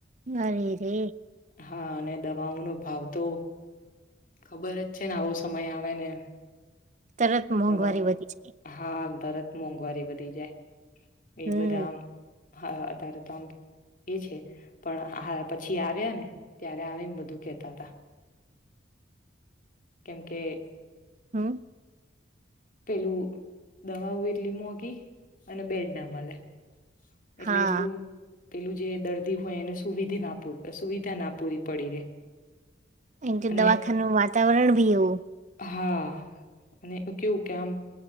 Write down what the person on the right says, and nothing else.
અ રે રે
તરત મોંઘવારી
વધી જાય
હમ
હમ
હા
એ, તો
દવાખાનાનું વાતાવરણ ભી એવું